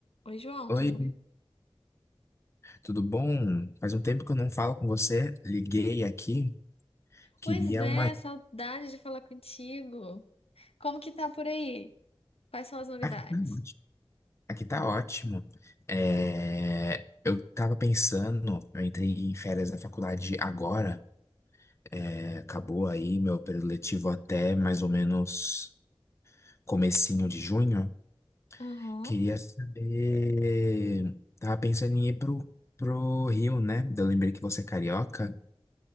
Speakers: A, on the left; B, on the left.
A: Oi, João,
B: Oi,
A: tudo bem?
B: tudo bom? Faz um tempo que eu não falo com você. Liguei aqui, queria
A: Pois é,
B: uma.
A: saudade de falar contigo. Como que tá por aí? Quais são as novidades?
B: Aqui tá ótimo. Aqui tá ótimo. É, Eu tava pensando, eu entrei em férias da faculdade agora. É, Acabou aí meu período letivo até mais ou menos comecinho de junho.
A: Aham.
B: Queria saber. Tava pensando em ir pro, pro Rio, né? Eu lembrei que você é carioca.